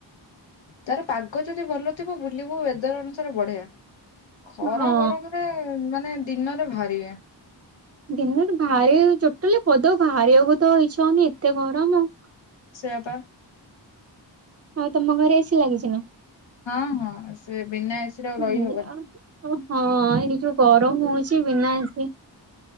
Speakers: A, on the left (about 85°); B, on the right (about 35°).
A: ତାର ପାଗ ଯଦି ଭଲ ଥିବ ବୁଲିବୁ ୱଦର ଅନୁସାରେ ବଢିଆ। ଖରା
B: ହଁ।
A: ଗରମରେ ମାନେ ଦିନରେ ଭାରି ଇଏ।
B: ଦିନରେ ଭାରି ଟୋଟାଲି ବଦ ବାହାରିବାକୁ ତ ଇଚ୍ଛା ହଉନି ଏତେ ଗରମ ଆଉ।
A: ସେଆପା।
B: ଆଉ ତମ ଘରେ ଏସି ଲାଗିଛି ନା।
A: ହଁ ହଁ ସେ ବିନା ଏସିରେ ଆଉ
B: ଓ
A: ରହିହବନି।
B: ହଁ ଏଇଠି ଯୋଉ ଗରମ ହଉଛି ବିନା ଏସି।